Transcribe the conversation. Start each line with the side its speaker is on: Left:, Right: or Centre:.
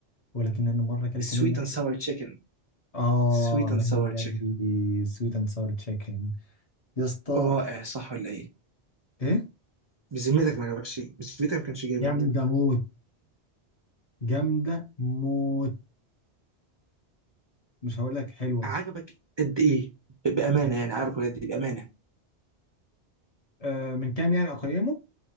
Left: ولكن انا مره اكلت
Right: سويت
Left: منك
Right: اند ساور تشيكن
Left: اه
Right: سويت اند ساور
Left: هي
Right: تشيكن
Left: دي سويت اند ساور تشيكن يا اسطى
Right: رائع صح ولا ايه
Left: ايه
Right: بذمتك ما عجبكش بذمتك ما كانش جامد
Left: يا عم ده موت جامدة موت مش هقول لك حلوة
Right: عجبك قد ايه ب- بامانه يعني عارف قد ايه بامانه
Left: آه من كام يعني أقيمه؟